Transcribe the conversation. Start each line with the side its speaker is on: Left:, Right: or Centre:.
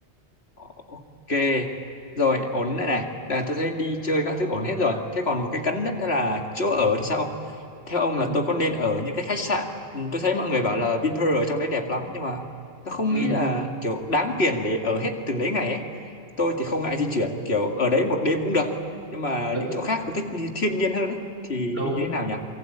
Left: Ờ, Ok, rồi ổn đây này. Đà, tôi thấy đi chơi các thứ ổn hết rồi. Thế còn một cái cấn nhất đó là chỗ ở thì sao? Theo ông
Right: ừ
Left: là tôi có nên ở những cái khách sạn? Ừ, Tôi thấy mọi người bảo là Vinpearl ở trong đấy đẹp lắm nhưng mà tôi không
Right: ừ
Left: nghĩ là kiểu đáng tiền để ở hết từng đấy ngày ấy. Tôi thì không ngại di chuyển, kiểu ở đấy một đêm cũng được. Nhưng mà
Right: đ-
Left: những chỗ khác tôi thích thiên nhiên hơn ấy. Thì
Right: đúng
Left: như thế nào nhỉ?